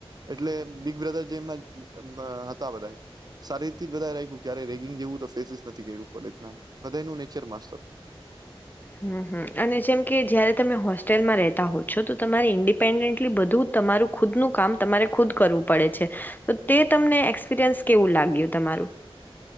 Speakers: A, on the right; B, on the left.
A: એટલે બિગ બ્રધર જેમ જ મ હતા બધાય સારી રીતથી જ બધાએ રાયખુ કયારેય રેગિંગ જેવું તો ફેસીસ નથી કયરુ કોલેજના બધયનું નેચર મસ્ત અ
B: હમ્મ, હમ્મ અને જેમ કે જયારે તમે હોસ્ ટેલમાં રેતા હો છો તો તમારે ઇન્ડિપેન્ડન્ટલી બધું તમારું ખુદનું કામ તમારે ખુદ કરવું પડે છે, તો તે તમને એક્સપિરિયન્સ કેવું લાગ્યું તમારું?